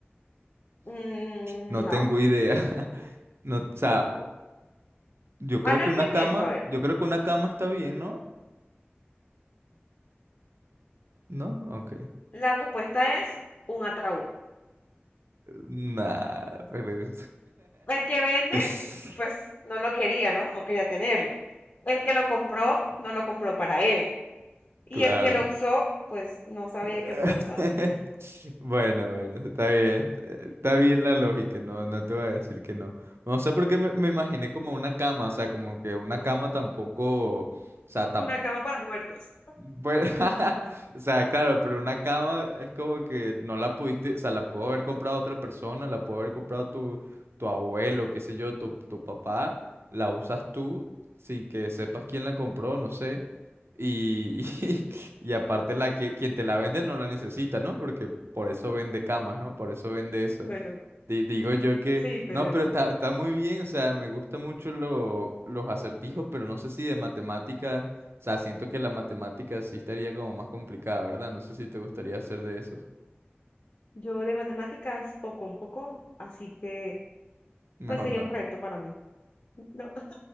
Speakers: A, on the left (about 50°); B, on the right (about 75°).
A: Mm,
B: No
A: no.
B: tengo idea. <laughs> No, o sea, yo creo
A: Hazle
B: que
A: otro
B: una
A: intento,
B: cama,
A: a ver.
B: yo creo que una cama está bien, ¿no? ¿No? Ok.
A: La respuesta es un ataúd.
B: Nah, pero...
A: El que vende,
B: <laughs> <laughs>
A: pues no lo quería, ¿no? No quería tenerlo. El que lo compró, no lo compró para él. Y
B: Claro.
A: el que lo usó, pues no sabía
B: <laughs>
A: que lo estaba usando. <laughs>
B: Bueno, bueno, está bien. Está bien la lógica, no, no te voy a decir que no. No sé por qué me, me imaginé como una cama, o sea, como que una cama tampoco, o sea,
A: Una cama para muertos.
B: Bueno, <laughs> o sea, claro, pero una cama es como que no la pudiste, o sea, la pudo haber comprado otra persona, la pudo haber comprado tu, tu abuelo, qué sé yo, tu, tu papá, la usas tú sin que sepas quién la compró, no sé. Y, <laughs> y, aparte la que quien te la vende no la necesita, ¿no? Porque por eso vende camas,
A: <laughs>
B: ¿no? Por eso vende eso.
A: Bueno,
B: Di- Digo yo que,
A: sí, pero
B: no, pero
A: no.
B: está, está muy bien, o sea, me gustan mucho lo- los acertijos, pero no sé si de matemáticas, o sea, siento que la matemática sí estaría como más complicada, ¿verdad? No sé si te gustaría hacer de esos.
A: Yo de matemáticas poco un poco, así que
B: Mejor
A: pues sería
B: no.
A: un reto para mí. <laughs>